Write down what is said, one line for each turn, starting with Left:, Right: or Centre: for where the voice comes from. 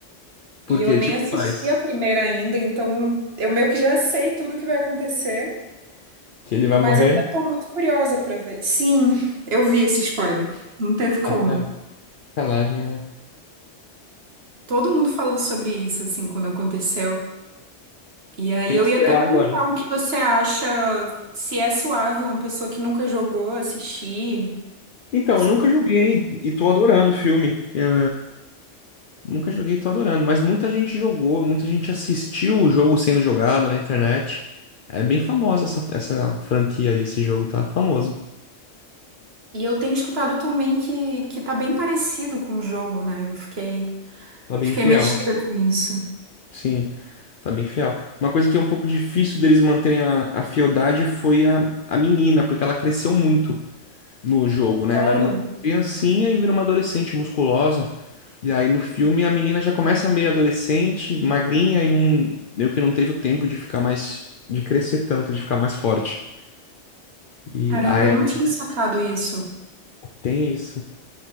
Left: Porque,
Right: E eu nem
Left: tipo,
Right: assisti
Left: faz
Right: a primeira ainda, então eu meio que já sei tudo que vai acontecer.
Left: que ele vai
Right: Mas
Left: morrer?
Right: eu tô muito curiosa pra ver. Sim, eu vi esse spoiler. Não teve como.
Left: Acala- Sacanagem, né?
Right: Todo mundo falou sobre isso, assim, quando aconteceu. E aí
Left: Tem
Right: eu
Left: que esperar
Right: ia até perguntar
Left: agora.
Right: o que você acha, se é suave uma pessoa que nunca jogou assistir.
Left: Então,
Right: se-
Left: eu nunca joguei e tô adorando o filme. Eu nunca joguei e tô adorando, mas muita gente jogou, muita gente assistiu o jogo sendo jogado na internet. É bem famosa essa, essa franquia aí, esse jogo tá famoso.
Right: E eu tenho escutado também que, que tá bem parecido com o jogo, né? Eu fiquei,
Left: Tá bem
Right: fiquei
Left: fiel.
Right: mexida com isso.
Left: Sim, tá bem fiel. Uma coisa que é um pouco difícil deles manterem a, a fieldade foi a, a menina, porque ela cresceu muito. no jogo, né?
Right: Sério?
Left: Ela era uma criancinha e vira uma adolescente musculosa. E aí no filme a menina já começa meio adolescente, magrinha e não, meio que não teve o tempo de ficar mais, de crescer tanto, de ficar mais forte. E
Right: Caramba,
Left: aí
Right: eu
Left: Ellie
Right: não tinha sacado isso.
Left: tem isso.